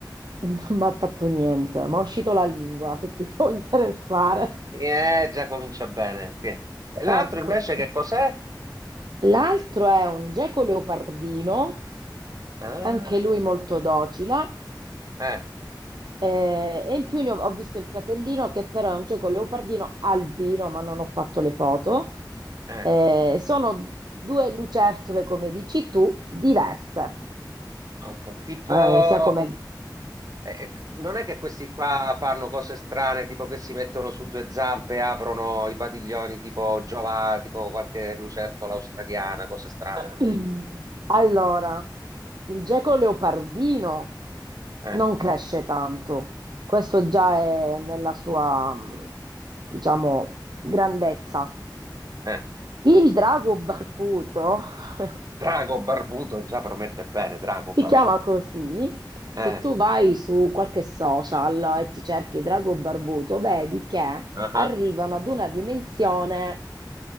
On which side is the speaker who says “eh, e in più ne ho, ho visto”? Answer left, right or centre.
Right